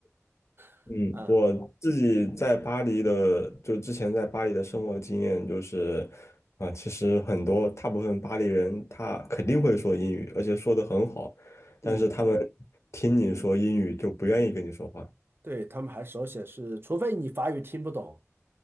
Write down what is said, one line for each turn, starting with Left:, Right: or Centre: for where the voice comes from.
Right: <laughs>
Left: 嗯，
Right: 啊，
Left: 我自己在巴黎的，就之前在巴黎的生活经验就是，啊、其实很多大部分巴黎人他肯定会说英语，而且说得很好，但是他们
Right: 嗯，
Left: 听你说英语就不愿意跟你说话。
Right: 对，他们还手写是，除非你法语听不懂，